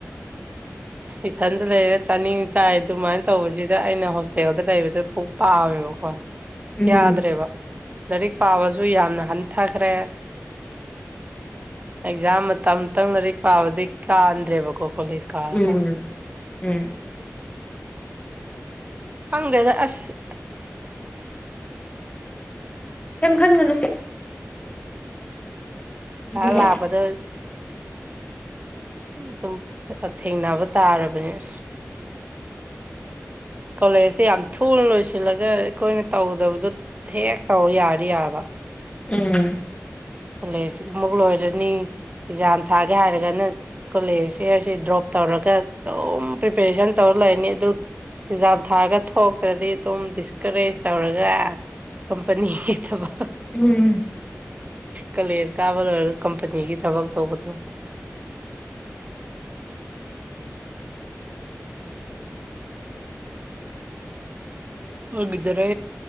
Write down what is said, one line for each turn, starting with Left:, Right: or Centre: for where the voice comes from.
Right: ꯏꯊꯟꯗ ꯂꯩꯔ ꯆꯥꯅꯤꯡ ꯆꯥꯏ ꯑꯗꯨꯃꯥꯏꯅ ꯇꯧꯕꯁꯤꯗ ꯑꯩꯅ ꯇꯦꯗ ꯂꯩꯕꯗ ꯄꯨꯛ ꯄꯥꯋꯕꯀꯣ
Left: ꯎꯝ
Right: ꯌꯥꯗ꯭ꯔꯦꯕ ꯂꯥꯏꯔꯤꯛ ꯄꯥꯕꯁꯨ ꯌꯥꯝꯅ ꯍꯟꯊꯈ꯭ꯔꯦ ꯑꯦꯛꯖꯥꯝ ꯃꯇꯝꯇꯪ ꯂꯥꯏꯔꯤꯛ ꯄꯥꯕꯗꯤ ꯀꯥꯟꯗ꯭ꯔꯦꯕꯀꯣ ꯀꯣꯂꯦꯖ ꯀꯥꯔꯒ
Left: ꯎꯝ ꯎꯝ
Right: ꯈꯪꯗ꯭ꯔꯦꯗ ꯑꯁ
Left: ꯀꯩꯝ ꯈꯟꯒꯅꯨ
Right: ꯑ
Left: ꯑꯗꯨꯕꯨ
Right: ꯂꯥꯕꯗ ꯑꯗꯨꯝ ꯊꯦꯡꯅꯕ ꯇꯥꯔꯕꯅꯦ ꯑꯁ ꯀꯣꯂꯦꯖꯁꯦ ꯌꯥꯝ ꯊꯨꯅ ꯂꯣꯏꯁꯤꯜꯂꯒ ꯑꯩꯈꯣꯏꯅ ꯇꯧꯒꯗꯕꯗꯨꯣ ꯍꯦꯛ ꯇꯧ ꯌꯥꯔ ꯌꯥꯕ
Left: ꯎꯝ
Right: ꯀꯣꯂꯦꯖ ꯃꯨꯛ ꯂꯣꯏꯔꯅꯤ ꯑꯦꯛꯖꯥꯝ ꯊꯥꯒꯦ ꯍꯥꯏꯔꯒꯅ ꯀꯣꯂꯦꯖꯁꯦ ꯑꯁꯤ ꯗ꯭ꯔꯣꯞ ꯇꯧꯔꯒ ꯑꯗꯨꯝ ꯄ꯭ꯔꯤꯄꯦꯔꯦꯁꯟ ꯇꯧꯔ ꯂꯩꯔꯅꯤ ꯑꯗꯨ ꯑꯦꯛꯖꯥꯝ ꯊꯥꯔꯒ ꯊꯣꯛꯇ꯭ꯔꯗꯤ ꯑꯗꯨꯝ ꯗꯤꯁꯀꯔꯦꯖ ꯇꯧꯔꯒ ꯀꯝꯄꯅꯤꯒꯤ ꯊꯕ
Left: ꯎꯝ
Right: ꯀꯂꯦꯖ ꯀꯥꯕ ꯂꯣꯏꯔꯒ ꯀꯝꯄꯅꯤꯒꯤ ꯊꯕꯛ ꯇꯧꯕꯗꯣ ꯑꯣꯏꯈꯤꯗꯔꯦ